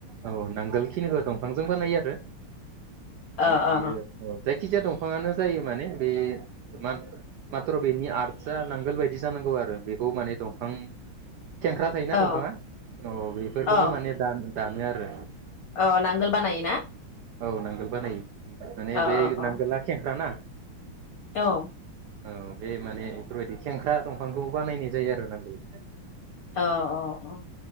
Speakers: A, on the right (about 75°); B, on the left (about 60°).
A: औ नांगोलखिनिखौ दंफांजों बानायो आरो
B: औ
A: माने बियो
B: औ
A: ओ जाय जायखिजाया दंफाङानो जायो माने बे मा माथ्र बेनि आरथ आसा नांगोल बायदि जानांगौ आरो बेखौ माने दंफां खेंख्रा थायोना
B: औ
A: दंफाङा अ बेफोरखौनो
B: औ
A: माने दान दानो आरो
B: औ नांगोल बानायो ना?
A: औ नांगोल बानायो माने बे
B: औ औ
A: नांगोला खेंक्राना
B: औ
A: औ बे माने बेफोरबायदि खेंख्रा दंफांखौ बानायनाय जायो आरो नांगोल
B: अ अ अ